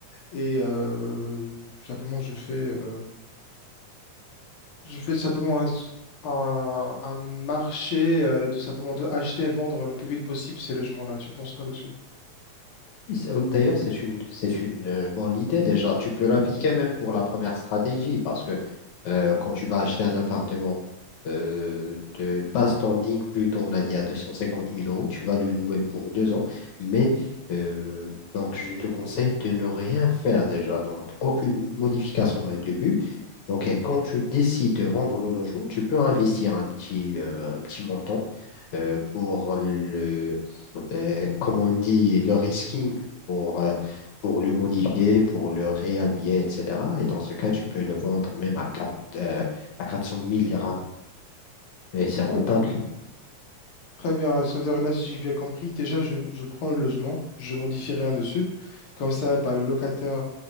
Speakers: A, on the left (about 85°); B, on the left (about 65°).
A: Et euh, simplement, je fais, euh, je fais simplement un, un- un marché euh, de simplement de acheter et vendre le plus vite possible ces logements-là. Tu penses quoi dessus?
B: Oui, c'est- oh, D'ailleurs, c'est une, c'est une euh, bonne idée déjà. Tu peux l'appliquer même pour la première stratégie parce que euh, quand tu vas acheter un appartement euh, de pas standing, plutôt on a dit à deux cent cinquante mille euros, tu vas le louer pour deux ans. Mais euh, donc, je te conseille de ne rien faire déjà. Donc, aucune modification au début. Donc, et quand tu décides de vendre le logement, tu peux investir un petit, euh, un petit montant euh, pour le, euh, comme on dit, le risking pour, euh, pour le modifier, pour le réhabiller, etc. Et dans ce cas, tu peux le vendre même à, quatre euh, à quatre cent mille dirhams. Et c'est rentable.
A: Très bien. Très bien. Ça veut dire là, si j'ai bien compris, déjà, je, je prends le logement, je modifie rien dessus. Comme ça, bah, le locataire.